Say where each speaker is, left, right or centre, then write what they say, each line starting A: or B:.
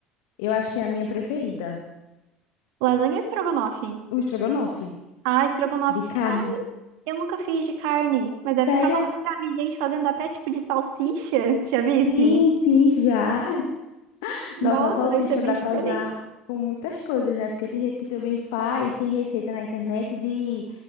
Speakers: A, on the left; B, on the right.
A: Eu acho que é a minha preferida.
B: Lasanha ou estrogonofe?
A: O estrogonofe
B: Ah, estrogonofe.
A: de carne.
B: Ah, eu eu nunca fiz de carne, mas deve
A: Sério?
B: ficar bom. Eu já vi gente fazendo até tipo de salsicha, tu já visse?
A: Sim, sim, já. <laughs>
B: Nossa,
A: Nossa, a salsicha
B: deve ser bem
A: dá
B: diferente.
A: pra usar com muitas coisas, né? Porque tem gente que também faz, tem receita na internet de